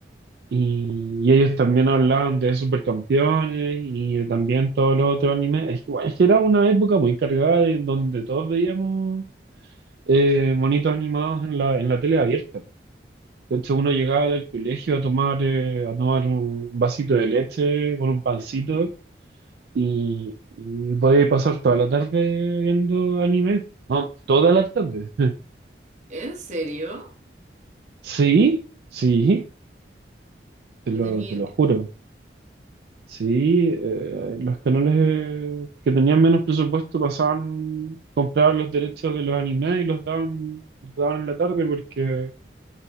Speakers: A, on the right; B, on the right.
A: y, y ellos también hablaban de Supercampeones y también todos los otros animes, es que, bueno, es que era una época muy cargada en donde todos veíamos eh, monitos animados en la, en la tele abierta. De hecho, uno llegaba del colegio a tomar, eh, a tomar un vasito de leche con un pancito y, y podía pasar toda la tarde viendo anime. No, toda la tarde. <laughs>
B: ¿En serio?
A: Sí, sí, te
B: No
A: lo,
B: tenía
A: te lo
B: idea.
A: juro. Sí, eh, los canales eh, que tenían menos presupuesto pasaban, compraban los derechos de los animes y los daban, los daban en la tarde porque